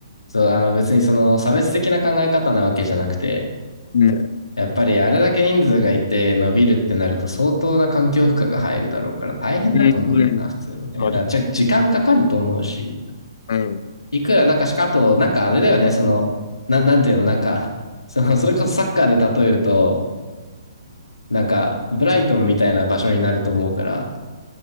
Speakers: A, on the left (about 85°); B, on the left (about 60°).
A: そう、あの別にその差別的な考え方なわけじゃなくて、
B: うん。
A: やっぱりあれだけ人数がいて伸びるってなると相当な環境負荷が入るだろうから大変だと思うんだよな、
B: うんうん。
A: 普通にね。
B: まあ
A: だからじゃ時間かかると思うし、
B: うん。
A: いくらなんかしか、あと、なんかあれだよね、その、なん、なんていうの、なんか、<laughs> その、それこそサッカーで例えると、なんか、ブライトンみたいな場所になると思うから、